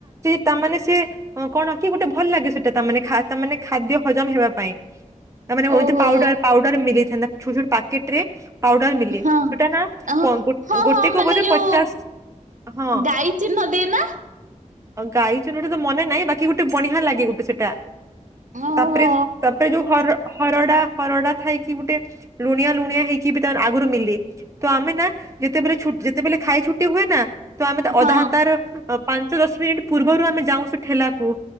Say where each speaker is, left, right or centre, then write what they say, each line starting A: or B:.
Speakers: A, on the right (about 20°); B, on the right (about 70°).
A: ତା ମାନେ ସିଏ କଣ କି ଗୋଟେ ଭଲ ଲାଗେ। ସେଟା ତା ମାନେ ଖା ତା ମାନେ ଖାଦ୍ୟ ହଜମ ହେବା ପାଇଁ। ତା ମାନେ ହୋଉତି
B: ଓହୋ
A: ପାଉଡର ପାଉଡର ମିଳିଥାନ୍ତା। ଛୁଛୁର ପ୍ୟାକେଟ ରେ। ପାଉଡର ମିଲେ।
B: ହଁ।
A: ସେଟା ନା
B: ଓହୋ ହଁ
A: ଗୋଟେ
B: ହଁ
A: କୁ
B: ମାନେ
A: ବୋଧେ
B: ଯୋଉ
A: ପଚାଶ ହଁ।
B: ଗାଈ ଚିହ୍ନ ଦିଏ ନା
A: ଆଉ ଗାଇଚି ହ୍ନଟା ତ ମନେ ନାହିଁ। ବାକି ଗୋଟେ ବଢିଆ ଲାଗେ ଗୋଟେ ସେଟା।
B: ଓହୋ।
A: ତାପରେ ତାପରେ ଯୋଉ ହର ହରଡା ହରଡା ଥାଇକି ଗୋଟେ ଲୁଣିଆ ଲୁଣିଆ ହେଇକି ବି ତା ଆଗରୁ ମିଲେ। ତ ଆମେ ନା ଯେତେବେଳେ ଛୁଟ୍ ସେତବେଲେ ଖାଇ ଛୁଟି ହୁଏ ନା। ତ ଆମେ ତ
B: ହଁ
A: ଅଧା ହାତାର ପାଞ୍ଚ ଦଶ ମିନିଟ୍ ପୂର୍ବରୁ ଆମେ ଯାଉଛୁ ଠେଲାକୁ।